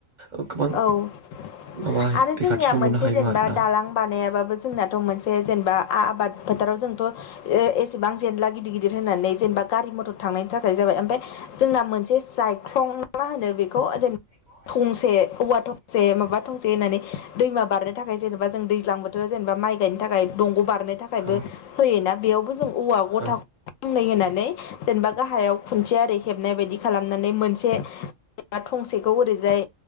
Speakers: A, on the right (about 45°); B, on the left (about 75°).
A: ओ गोबां
B: औ आरो
A: माबा रैखाथिखौ
B: जोंनिया मोनसे
A: मोननो हायोमोन
B: जेनेबा
A: आरोना।
B: दालां बानायाबाबो जोंनाथ' मोनसे जेनेबा आबाद फोथाराव जोंथ' एसेबां जेनला गिदिर गिदिर होननानै जेनेबा गारि मथर थांनायनि थाखाय जाबाय ओमफ्राय जोंना मोनसे जाय ख्लं मा होनो बेखौ जेनबा
A: औ
B: थंसे औवा थसे माबा थसे होननानै दैमा बारनो थाखाय जेनेबा जों दैज्लां बोथोराव जेनेबा माइ गायनो थाखाय दंग' बारनो थाखायबो
A: औ
B: होयोना बेयावबो जों औवा गथा
A: औ
B: <unintelligible> फंनै होनानै जेनेबा गाहायाव खुन्थिया ओरै हेबनाय बायदि खालामनानै मोनसे <unintelligible> थंसेखौ ओरैजाय